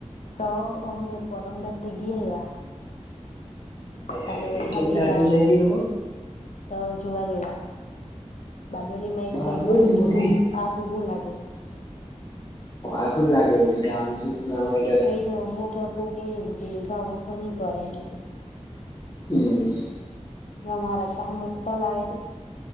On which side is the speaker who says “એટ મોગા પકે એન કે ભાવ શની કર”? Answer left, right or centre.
Left